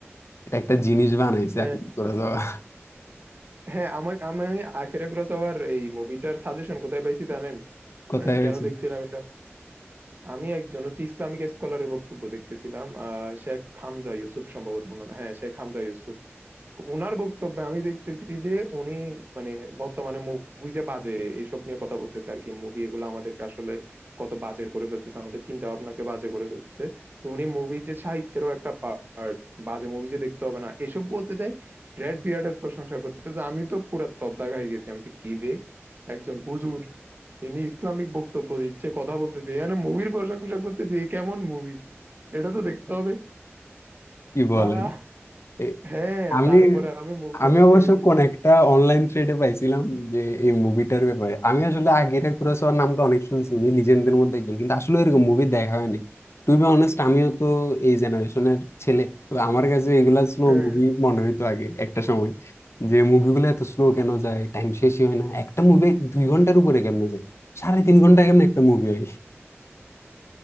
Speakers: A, on the left (about 70°); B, on the right (about 45°).
A: এটা একটা জিনিস বানাইছে
B: হ্যাঁ
A: আকিরা কুরাসাওয়া
B: হ্যাঁ আমার আমি আকিরা কুরোসাওয়ার এই মুভিটার সাজেশন কোথায় পাইছি জানেন
A: কোথায়
B: মানে কেন
A: হয়েছে
B: দেখছিলাম এটা আমি একজন হচ্ছে ইসলামিক স্কলারের বক্তব্য দেখতেছিলাম আহ শেখ হামজা ইউসুফ সম্ভবত ওনার নাম। হ্যাঁ শেখ হামজা ইউসুফ ওনার বক্তব্যে আমি দেখতেছি যে উনি মানে বর্তমানে মুভি যে বাজে এসব নিয়ে কথা বলতেছে আর কি মুভি এগুলো আমাদেরকে আসলে কত বাজে করে ফেলতেছে আমাদের চিন্তা ভাবনাকে বাজে করে ফেলতেছে তো উনি মুভি যে সাহিত্যেরও একটা পার্ট বাজে মুভি যে দেখতে হবে না এসব বলতে চাই রেড বিয়ার্ডের প্রশংসা করতেছে আমি তো পুরা তব্দা হয়ে গেছি আমি বলছি, কি রে একজন হুজুর ইনি ইসলামিক বক্তব্য দিচ্ছে কথা বলতেছে এখানে মুভির প্রশংসা করতেছে এ কেমন মুভি এটা তো দেখতে হবে
A: কি বলে
B: আহ
A: এ-
B: হ্যাঁ
A: আমি
B: তারপরে আমি মুভিটা
A: আমি
B: দেখতে
A: অবশ্য
B: গেছি
A: কোন একটা অনলাইন থ্রেডে পাইছিলাম যে এই মুভিটার ব্যাপারে আমি আসলে আগের কুরাসাওয়ার নাম তো অনেক শুনছি উনি লিজেন্ডদের মধ্যে একজন কিন্তু আসলে এরকম মুভি দেখা হয়নি টু বি অনেস্ট আমিও তো এই জেনারেশনের ছেলে তো আমার কাছে এগুলা স্লো
B: হ্যাঁ।
A: মুভি মনে হইতো আগে একটা সময় যে মুভিগুলো এত স্লো কেন যায় টাইম শেষই হয় না একটা মুভি দুই ঘন্টার উপরে কেমনে যায় সাড়ে তিন ঘন্টা কেমনে একটা মুভি হয়